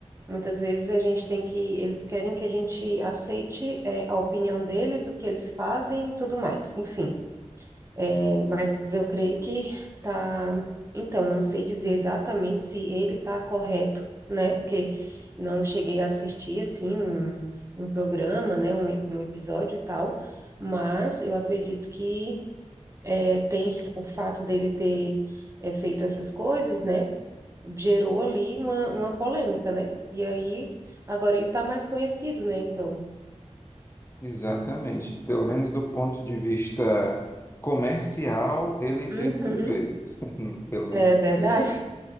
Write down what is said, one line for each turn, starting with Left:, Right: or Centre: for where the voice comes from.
Right: Muitas vezes a gente tem que, eles querem que a gente aceite, é, a opinião deles, o que eles fazem e tudo mais. Enfim, é, mas eu creio que tá. Então, não sei dizer exatamente se ele tá correto, né? Porque não cheguei a assistir, assim, um, um programa, né? Um, ep- um episódio e tal. Mas eu acredito que é, tem o fato dele ter é, feito essas coisas, né? gerou ali uma, uma polêmica, né? E aí, agora ele tá mais conhecido, né? Então,
Left: exatamente. Pelo menos do ponto de vista comercial, ele
Right: Uhum.
Left: teve muito êxito. Hum, Pelo menos
Right: é
Left: isso
Right: verdade.
Left: aí.